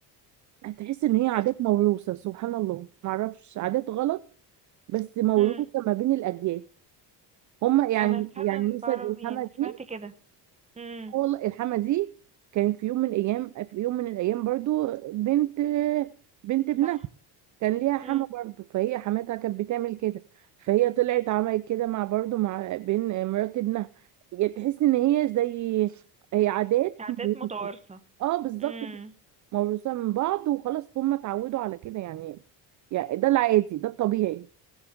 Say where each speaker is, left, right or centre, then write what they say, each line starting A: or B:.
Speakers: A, on the right; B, on the right.
A: هتحس ان هي عادات
B: طب...
A: موروثه سبحان الله ما اعرفش عادات غلط بس موروثه
B: مم.
A: ما بين الاجيال هما يعني
B: انا فعلا
A: يعني مثلا
B: بعرف
A: الحمى
B: يعني
A: دي
B: سمعت كده امم
A: والله الحما دي كان في يوم من ايام في يوم من الايام برضو بنت بنت ابنها
B: صح
A: كان ليها حما
B: امم
A: برضو فهي حماتها كانت بتعمل كده فهي طلعت عملت كده مع برضو مع بين مرات ابنها يعني تحس ان هي زي هي عادات
B: عادات
A: موروثة
B: متوارثة
A: اه بالظبط
B: امم
A: كده موروثة من بعض وخلاص هم اتعودوا على كده يعني يعني ده العادي ده الطبيعي